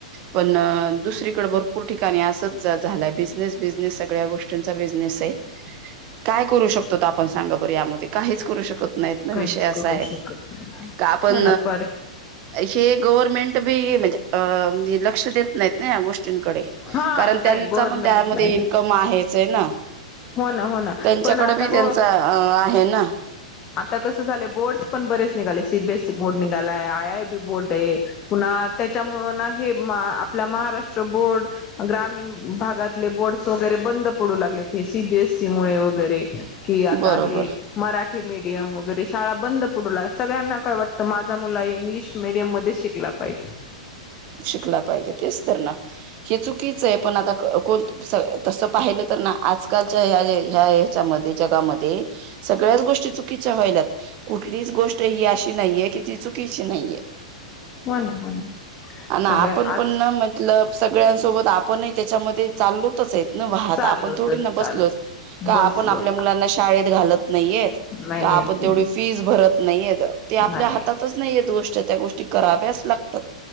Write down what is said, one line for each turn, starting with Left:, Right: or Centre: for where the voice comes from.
Right: पण दुसरीकडे भरपूर ठिकाणी असच झालाय बिझनेस बिझनेस सगळ्या गोष्टींचा बिझनेसे. काय करू शकतोत आपण सांगा बर यामध्ये काहीच करू शकत नाहीत ना
Left: काहीच
Right: विषय असाये
Left: करू शकत नाही
Right: का आपण
Left: हो ना पर
Right: हे गव्हर्नमेंट बी म्हणजे अ लक्ष देत नाहीत ना या गोष्टी कडे
Left: हा
Right: कारण
Left: नाही
Right: त्यांचापण
Left: गव्हर्मेंटला
Right: त्यामध्ये इन्कम आहे. च आहे ना
Left: हो ना हो ना
Right: त्यांच्याकडे
Left: पण आता
Right: बी त्यांचा
Left: ग
Right: अ आहे ना
Left: आता कसं झाले बोर्डस पण बरेच निघाले. सीबीएससी बोर्ड निघालाय, आय आय बी बोर्ड आहे पुन्हा त्याच्यामुळं ना हे आपला महाराष्ट्र बोर्ड, ग्रामीण भागातले बोर्डस वगैरे बंद पडू लागले. ते सीबीएससी मुळे वगैरे कि आता
Right: बरोबर
Left: हे मराठी मीडियम वगैरे शाळा बंद पुढला सगळ्यांना काय वाटतं माझा मुला इंग्लिश मिडियममध्ये शिकला पाहिजे.
Right: शिकला पाहिजे तेच तर ना. हे चुकीचं आहे, पण आता कोण तसं पाहिलं तर ना आजकालच्या ह ह्या हेच्यामध्ये जगामध्ये सगळ्याच गोष्टी चुकीच्या व्हायल्यात. कुठलीच गोष्ट ही अशी नाहीये कि ती चुकीची नाहीये.
Left: हो ना, हो ना.
Right: आणि
Left: सगळ्या
Right: आपण
Left: आज
Right: पण ना मतलब सगळ्यांसोबत आपण त्याच्यामध्ये चालोतच आहेत. न वाहता
Left: चाललो
Right: आपण थोडी
Left: तर
Right: न बसलोच.
Left: चाल
Right: का
Left: बसलो
Right: आपण आपल्या मुलांना शाळेत घालत नाहीयेत
Left: नाही
Right: का आपण
Left: येत
Right: तेवढी फीस भरत नाहीयेत. ते
Left: नाही
Right: आपल्या हातातच नाही गोष्ट त्या, त्या गोष्टी कराव्याच लागतात.